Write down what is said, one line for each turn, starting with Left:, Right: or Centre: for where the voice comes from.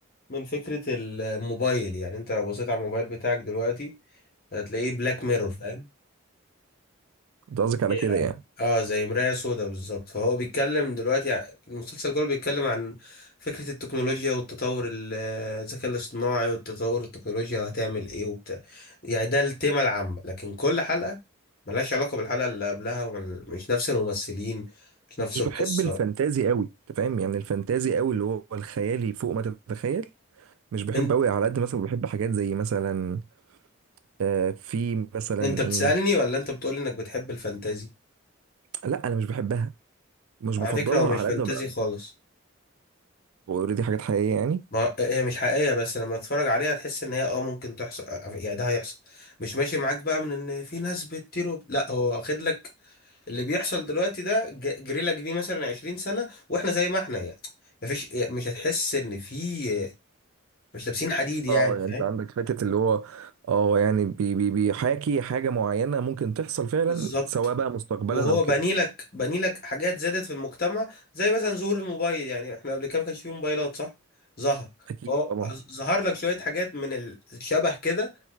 Left: من فكرة الموبايل يعني انت لو بصيت على الموبايل بتاعك دلوقتي هتلاقيه بلاك ميرور فاهم
Right: انت قصدك على كده
Left: اه
Right: يعني
Left: آه، زي مراية سودا بالظبط فهو بيتكلم دلوقتي ع- المسلسل كله بيتكلم عن فكرة التكنولوجيا والتطور ال- الذكاء الاصطناعي والتطور التكنولوجيا وهتعمل ايه وبتاع يعني ده التيمة العامة لكن كل حلقة ملهاش علاقة بالحلقة اللي قبلها ومش نفس الممثلين مش
Right: مش
Left: نفس القصة
Right: بحب الفانتازي قوي انت فاهم يعني الفانتازي قوي اللي هو الخيالي فوق ما تتخيل مش بحب
Left: انت
Right: قوي على قد مثلا بحب حاجات زي مثلا آه في مثلا
Left: انت بتسألني
Right: ايه
Left: ولا انت بتقول انك بتحب الفانتازي
Right: لا انا مش بحبها مش بفضلها
Left: على فكرة هو مش
Right: على
Left: فانتازي
Right: قد ما بقى
Left: خالص
Right: اوريدي حاجات حقيقيه يعني
Left: ما هي مش حقيقية بس لما تتفرج عليها تحس ان هي اه ممكن تحصل يعني ده هيحصل مش ماشي معاك بقى من ان في ناس بتطير وب... لا هو واخد لك اللي بيحصل دلوقتي ده ج- جري لك بيه مثلا 20 سنة واحنا زي ما احنا يعني مفيش مش هتحس ان في مش لابسين حديد يعني
Right: اه يعني
Left: فاهم
Right: انت عندك حته اللي هو اه يعني بي بي بيحاكي حاجه معينه ممكن تحصل فعلا
Left: بالظبط
Right: سواء بقى مستقبلا
Left: وهو
Right: او كده
Left: بني لك بني لك حاجات زادت في المجتمع زي مثلا ظهور الموبايل يعني احنا قبل كده ما كانش فيه موبايلات صح ظهر
Right: اكيد
Left: هو
Right: طبعا
Left: ظهر لك شوية حاجات من الشبه كده